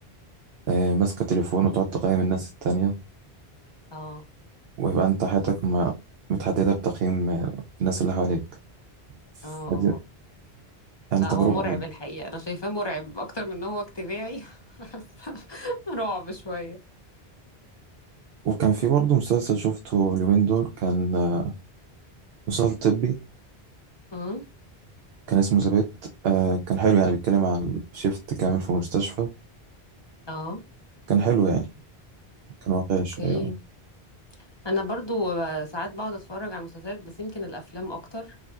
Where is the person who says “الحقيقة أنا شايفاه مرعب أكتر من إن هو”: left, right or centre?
Left